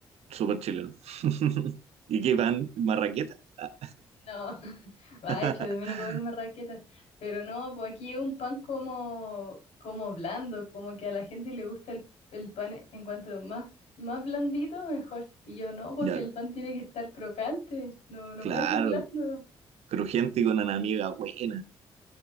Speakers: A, on the right; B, on the left.
A: súper chileno. <laughs> ¿Y qué pan? ¿Marraqueta? Ah,
B: No, <laughs> va
A: <laughs>
B: hecho de menos comer una raqueta. Pero no, pues aquí es un pan como, como blando, como que a la gente le gusta el, el pan en cuanto más, más blandito, mejor. Y yo no, pues
A: ya,
B: si el pan tiene que estar crocante, no, no
A: claro,
B: puede ser blando.
A: crujiente y con una amiga buena.